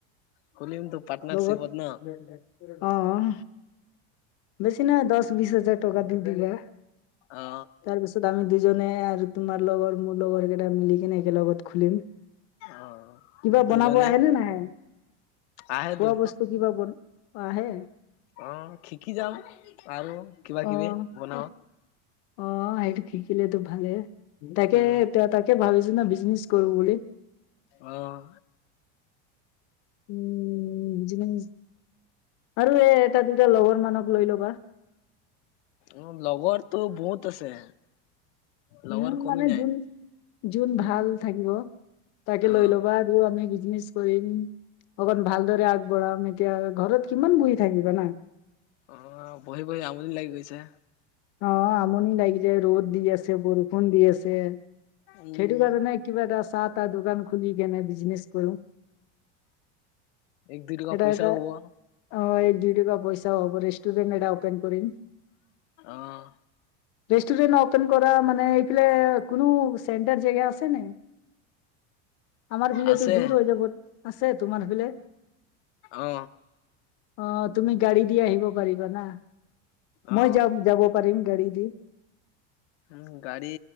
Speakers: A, on the left; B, on the left.
A: খুলিমতো পাৰ্টনাৰশ্বিপত
B: বত
A: ন
B: <unintelligible> অহ বেছি নহয় দশ বিশ হাজাৰ টকা দিমিনি।
A: অ
B: তাৰ পিছত আমি দুজনে আৰু তোমাৰ লগৰ মোৰ লগৰ কেইটা মিলি কিনে। কে লগত খুলিম।
A: অ
B: কিবা বনাব
A: দুজনে
B: আহেনে নাহে
A: আহে
B: খোৱা
A: তো
B: বস্তু কিবা বন। আহে।
A: অ শিকি যাম। আৰু কিবা
B: অহ
A: কিবি বনাব
B: - অহ -অহ সেইটো কি? খুলিলি তু ভালে তাকে-
A: উম
B: তাকে ভাবিছো না বিজনেছ কৰো বুলি।
A: অহ
B: উম <unintelligible> আৰু এই এটা -দুটা লগৰ মানক লৈ ল'বা।
A: অহ, লগৰটো বহুত আছে লগৰ
B: উম,
A: কমি
B: মানে
A: নাই
B: যোন- যোন ভাল থাকিব। তাকে
A: অ
B: লৈ ল'বা আৰু আমি বিজনেচ কৰিম অকণ ভালদৰে আগবঢ়াম এতিয়া ঘৰত কিমান বহি থাকিবা না
A: অহ, বহি -বহি আমনি লাগি গৈছে।
B: অহ, আমনি লাগি যায় ৰ'দ দি আছে, বৰষুণ দি আছে
A: উম
B: সেইটো কাৰণে কিবা এটা চাহ -তাহ দোকান খুলি কেনে বিজনেছ কৰো।
A: এক দুই টকা
B: এটা
A: পইচাও
B: এটা
A: হ'ব।
B: অ এক দুই টকা পইচাও হ'ব ৰেষ্টৰেট এটা অপেন কৰিম।
A: অহ
B: ৰেষ্টুৰেণ্ট অপেন কৰা মানে এইফালে কোনো চেণ্টাৰ জেগা আছে নাই? আমাৰ বিলেতো
A: আছে
B: দূৰ হৈ যাব, আছে তোমাৰ সিফেলে? <inaudible>
A: অ
B: অহ তুমি গাড়ী দি আহিব পাৰিবা না?
A: অ
B: মই যাম যাব পাৰিম গাড়ী দি।
A: উম, গাড়ী